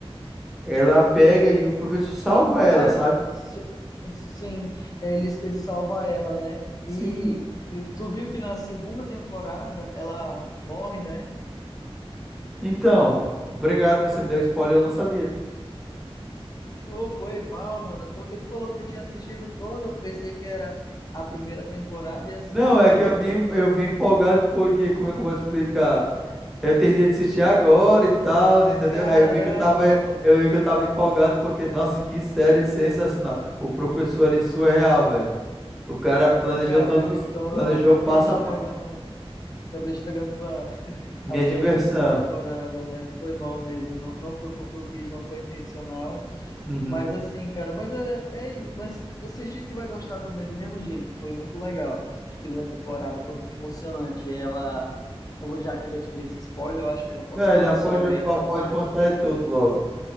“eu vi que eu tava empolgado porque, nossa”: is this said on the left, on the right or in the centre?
Centre